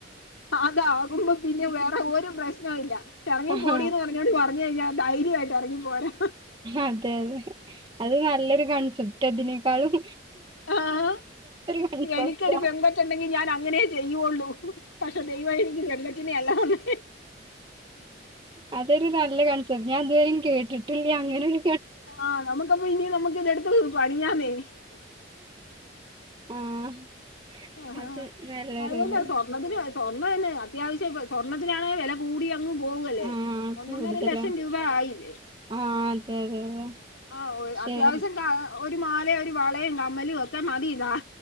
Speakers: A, on the left; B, on the right.
A: അതാകുമ്പോ പിന്നെ വേറെ ഒരു പ്രശ്നം ഇല്ല. എർങ്ങി
B: ആഹ്
A: പോടിന്ന് പർ ഞ്ഞോണ്ട് പറ ഞ് കഴിഞ്ഞ ധൈര്യായിട്ട് എറങ്ങി പോരാ.
B: അതെ അതെ അത് നല്ലൊരു കൺസെപ്റ്റ് അതിന് ക്കാളും.
A: ആഹ്
B: കൺസെപ്റ്റാ
A: എനിക്കൊരു പെങ്കച്ചുണ്ടെങ്കി ഞാൻ അങ്ങനെയേ ചെയ്യുവുള്ളൂ. പക്ഷെ ദൈവയെനിക്ക് പെങ്കച്ചി നെ അല്ല. തന്നേ
B: അതരു നല്ല കൺ ഞാൻ ഇതിവരിം കേട്ടിട്ടില്ല അങ്ങനെരു
A: ആഹ് നമുക്കപ്പൊ ഇനി നമുക്ക് ഇതെടുത്ത് പ മിഞ്ഞാന്നേ
B: ആഹ്
A: ആ
B: അത് നല്ലൊരു
A: അതുകൊണ്ട
B: ഇത്
A: സ്വർണത്തിന് സ്വർണ്ണംന്നെ അത്യാവശ്യം പ്പോ സ്വർണത്തി നാണെ വെല കൂടി അങ്ങ് പോവല്ലേ
B: ആഹ്
A: ഒന്നൊന്നര
B: കൂടുതലാ
A: ലക്ഷം രൂപ ആയില്ലേ.
B: ആഹ് അതെ അതെ അതെ
A: ആ ഓ
B: ശരി
A: അത്യാവശ്യം കാ ഒരു മാലയും ഒരു വളയും കമ്മലും ഒക്കെ മതി ഇതാ